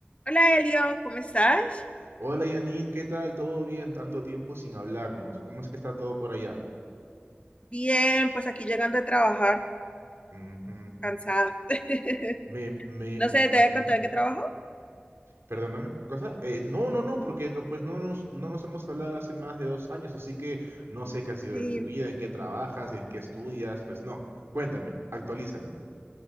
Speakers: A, on the left; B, on the right.
A: Hola Elio, ¿cómo estás?
B: Hola Janine, ¿qué tal? ¿Todo bien? Tanto tiempo sin hablarnos. ¿Cómo es que está todo por allá?
A: Bien, pues aquí llegando de trabajar,
B: Ujú.
A: cansada. <laughs>
B: Me, me,
A: No
B: me
A: sé,
B: imagino.
A: ¿te voy a contar en qué trabajo?
B: Perdóname, ¿qué cosa? Eh, no, no, no, porque no, pues no nos, no nos hemos hablado hace más de dos años, así que no sé qué ha sido
A: Sí.
B: de tu vida, en qué trabajas, en qué estudias, pues no. Cuéntame, actualízame.